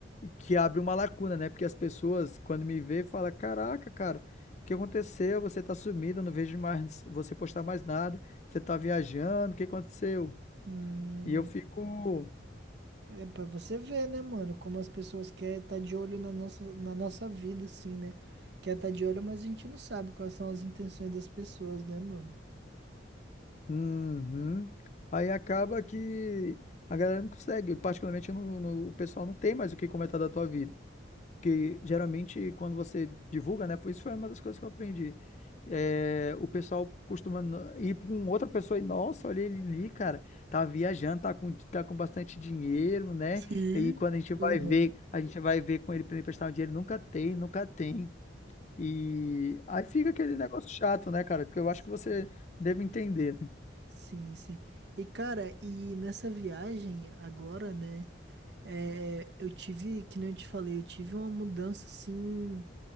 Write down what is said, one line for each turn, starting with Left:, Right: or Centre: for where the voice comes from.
Left: que abre uma lacuna, né? Porque as pessoas, quando me vê, falam: Caraca, cara, o que aconteceu? Você tá sumido, eu não vejo mais você postar mais nada, você tá viajando, o que aconteceu?
Right: Hum,
Left: E eu fico.
Right: é pra você ver, né, mano? Como as pessoas querem estar de olho na nossa, na nossa vida, assim, né? Quer estar de olho, mas a gente não sabe quais são as intenções das pessoas, né, mano?
Left: Uhum. Aí acaba que a galera não consegue, particularmente eu não- não- o pessoal não tem mais o que comentar da tua vida, porque geralmente quando você divulga, né, foi isso foi uma das coisas que eu aprendi. É, o pessoal costuma no- ir com outra pessoa e, nossa, olha ele ali, cara, tá viajando, tá com, tá com bastante dinheiro, né?
Right: Sim.
Left: E quando a gente vai
Right: Uhum.
Left: ver, a gente vai ver com ele para emprestar um dinheiro, nunca tem, nunca tem. E aí fica aquele negócio chato, né, cara? Porque eu
Right: <laughs>
Left: acho que você deve entender, né?
Right: Sim, sim. E cara, e nessa viagem agora, né? é, eu tive, que nem eu te falei, eu tive uma mudança assim